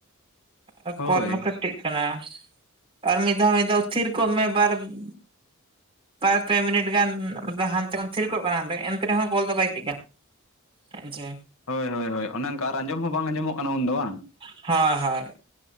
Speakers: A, on the right (about 25°); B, on the left (about 70°).
A: ᱟᱨ
B: ᱦᱳᱭ
A: ᱠᱚᱞ ᱢᱟ ᱠᱷᱟᱹᱴᱤᱜ ᱠᱟᱱᱟ ᱟᱨ ᱢᱤᱫ ᱫᱷᱟᱣ ᱢᱤᱫ ᱫᱷᱟᱣ ᱛᱷᱤᱨ ᱠᱚᱜ ᱢᱮ ᱵᱟᱨ <inaudible> ᱵᱟᱨ ᱯᱮ ᱢᱤᱱᱤᱴ ᱜᱟᱱ ᱦᱟᱱᱛᱮ ᱠᱷᱚᱱ ᱛᱷᱤᱨ ᱠᱚᱜ ᱠᱟᱱᱟ ᱞᱤᱧ ᱮᱱᱛᱮ ᱨᱮᱦᱚᱸ ᱠᱚᱞ ᱫᱚ ᱵᱟᱭ ᱴᱤᱠ ᱟ᱾ ᱟᱪᱪᱷᱟ᱾
B: ᱦᱳᱭ ᱦᱳᱭ ᱦᱳᱭ ᱚᱱᱮ ᱚᱝᱠᱟ ᱟᱨ ᱟᱸᱡᱚᱢ ᱦᱚᱸ ᱵᱟᱝ ᱟᱸᱡᱚᱢᱚᱜ ᱠᱟᱱᱟ ᱩᱱᱫᱚ ᱵᱟᱝ?
A: ᱦᱮᱸ ᱦᱮᱸ᱾